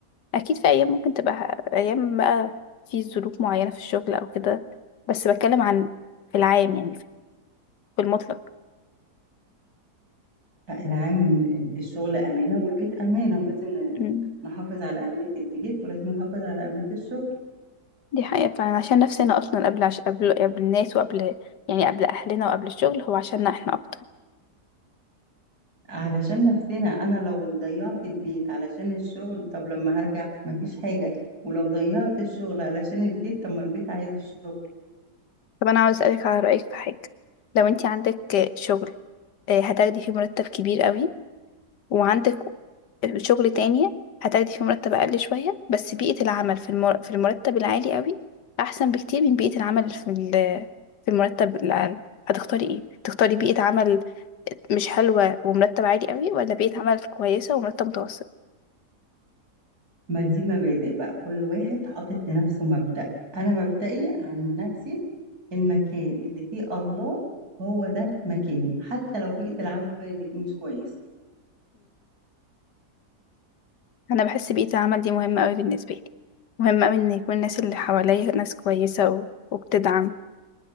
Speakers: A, on the left; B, on the right.
A: أكيد في أيام ممكن تبقى ه- أيام بقى في ظروف معينة في الشغل أو كده بس بتكلم عن في العام يعني في في المطلق
B: لا، العام ال- الشغل أمانة والبيت أمانة ولازم ن-
A: مم.
B: نحافظ على أمانة البيت ولازم نحافظ على أمانة الشغل
A: دي حقيقة فعلا عشان نفسنا أصلا قبل عش... قبل قبل الناس وقبل يعني قبل أهلنا وقبل الشغل هو عشاننا احنا أكتر
B: علشان نفسنا أنا لو ضيعت البيت علشان الشغل طب لما هرجع مفيش حاجة ولو ضيعت الشغل علشان البيت طب ما البيت عايز الشغل
A: طب أنا عاوز أسألك على رأيك في حاجة لو أنت عندك شغل آه، هتاخدي فيه مرتب كبير قوي وعندك شغل تاني هتاخدي فيه مرتب أقل شوية بس بيئة العمل في المر... في المرتب العالي قوي أحسن بكتير من بيئة العمل في ال... في المرتب الأقل هتختاري إيه؟ تختاري بيئة عمل مش حلوة ومرتب عالي قوي ولا بيئة عمل كويسة ومرتب متوسط؟
B: ما دي مبادئ بقى كل واحد حاطط لنفسه مبدأ أنا مبدئي عن نفسي المكان اللي فيه الله هو ده مكاني حتى لو بيئة العمل اللي فيه مش كويس
A: انا بحس بيئة العمل دي مهمة قوي بالنسبة لي مهم قوي ان يكون الناس اللي حواليا ناس كويسة و... وبتدعم